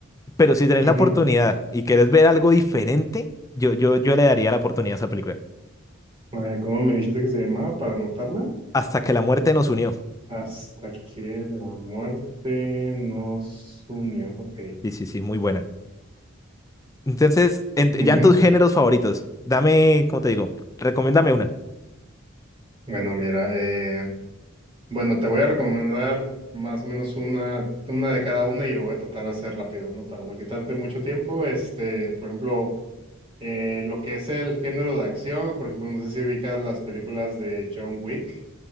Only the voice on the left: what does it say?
pero si tenés
la oportunidad y querés ver algo diferente, yo, yo, yo le daría la oportunidad a esa película.
Hasta que la muerte nos unió.
Sí, sí, sí, muy buena. Entonces, en- ya
en tus géneros favoritos, dame, ¿cómo te digo? Recomiéndame una.